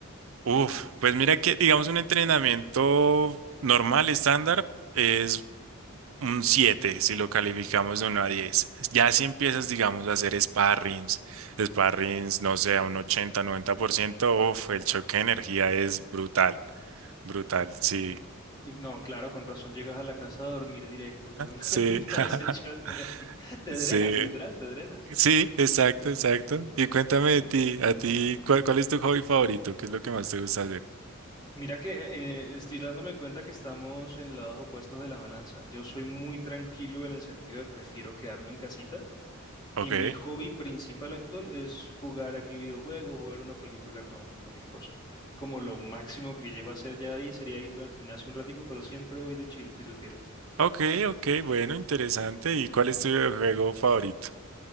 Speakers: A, on the right (about 70°); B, on the left (about 20°).
A: Uf, pues mira que, digamos, un entrenamiento normal, estándar, es un 7 si lo calificamos de uno a 10. Ya si empiezas, digamos, a hacer sparrings, sparrings, no sé, a un ochenta, noventa por ciento, uf, el choque de energía es brutal, brutal, sí,
B: Y No, claro, con razón llegas a la casa a dormir directo con, <laughs> con
A: sí, <laughs>
B: todo ese shot de energía. Te
A: sí,
B: drenas, literal, te drenas.
A: sí, exacto, exacto. Y cuéntame
B: No.
A: de ti, a ti, ¿cuál, cuál es tu hobby favorito? ¿Qué es lo que más te gusta hacer?
B: Mira que eh, estoy dándome cuenta que estamos en lados opuestos de la balanza. Yo soy muy tranquilo en el sentido de prefiero quedarme en casita
A: Ok,
B: Y mi hobby principal actual es jugar aquí videojuegos, jugar una película con, con mi esposa. Como lo máximo que llego a hacer ya ahí sería ir al gimnasio un ratico, pero siempre voy de chill, si supieras.
A: ok, ok, bueno, interesante. ¿Y cuál es tu juego favorito?